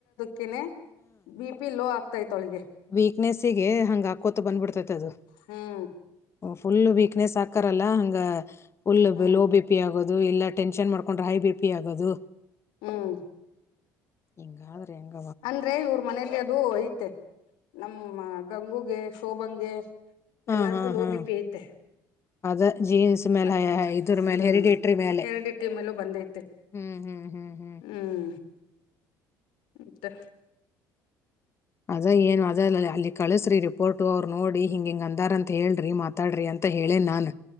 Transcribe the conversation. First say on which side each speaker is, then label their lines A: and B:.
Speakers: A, on the left; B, on the left.
A: ಕನೆ ಬಿ ಪಿ ಲೋ ಆಗ್ತಾ ಐತವ್ಳಿಗೆ.
B: ವೀಕ್ನೆಸ್ಗೆ ಹಂಗ್ ಆಕೋತ ಬಂದ್ಬಿಡ್ತೈತ್ ಅದು.
A: ಹ್ಮ್
B: ಫುಲ್ ವೀಕ್ನೆಸ್ ಹಾಕಾರಲ್ಲ ಹಂಗ ಫುಲ್
A: ಹ್ಮ್
B: ಲೋ ಬಿ ಪಿ ಆಗೋ ದು ಇಲ್ಲ ಟೆನ್ಷನ್ ಮಾಡ್ಕೊಂಡ್ರೆ ಹೈ ಬಿ ಪಿ ಆಗೋದು.
A: ಹ್ಮ್
B: <unintelligible>
A: ಅಂದ್ರೆ ಇವ್ರ್ ಮನೇಲಿ ಅದು ಐತೆ ನಮ್ಮ ಗಂಗುಗೆ ಶೋಭಂಗೆ
B: ಹಾ
A: ಎಲ್ಲಾರ್ಗು
B: ಹಾ
A: ಲೋ
B: ಹಾ
A: ಬಿ ಪಿ ಐತೆ.
B: ಅದ ಜೀನ್ಸ್ ಮೇಲೆ
A: ಅದು
B: ಹ ಹೈ ಇದ್ರ ಮೇಲೆ
A: ಹ್ಮ್
B: ಹೆರಿಡೇಟರಿ ಮೇಲೆ.
A: ಹೆರಿಡಿಟಿ ಮೇಲೂ ಬಂದೈತೆ
B: ಹ್ಮ್ ಹ್ಮ್ ಹ್ಮ್ ಹ್
A: ಹ್ಮ್ ಮ್ ತ್ತ
B: ಅದ ಏನು ಅದ ಅಲ್ಲಿ ಕಳಸ್ರಿ ರಿಪೋರ್ಟು ಅವ್ರು ನೋಡಿ ಹಿಂಗ ಹಂಗ ಅಂದಾರ ಅಂತ ಹೇಳ್ರಿ ಮ ಮಾತಾಡ್ರಿ ಅಂತ ಹೇಳೇನ್ ನಾನ್